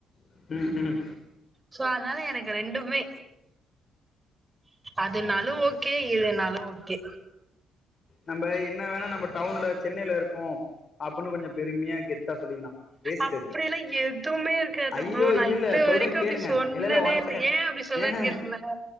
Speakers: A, on the left; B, on the right.
A: ம் ம் ம்
B: ஸோ அதனால எனக்கு ரெண்டுமே அதுனாலோ ஓகே இதுனாலோ ஓகே
A: நம்ம என்ன வேணா நம்ம டவுன்ல சென்னையில இருக்கோம் அப்படின்னு கொஞ்சம் பெருமையா கெத்தா சொல்லிக்கலா வேஸ்ட்
B: அப்படினா
A: அது
B: எதுவுமே இருக்காது
A: ஐயோ
B: ப்ரோ நான்
A: இல்ல
B: இது
A: இல்ல சொல்றே
B: வரைக்கும் அப்படி
A: கேளுங்க
B: சொன்னதே
A: இல்ல இல்ல ஒன்
B: இல்லை
A: செகண்ட்
B: ஏன் அப்படி சொல்றேனு
A: ஏஹ
B: கேளுங்கலே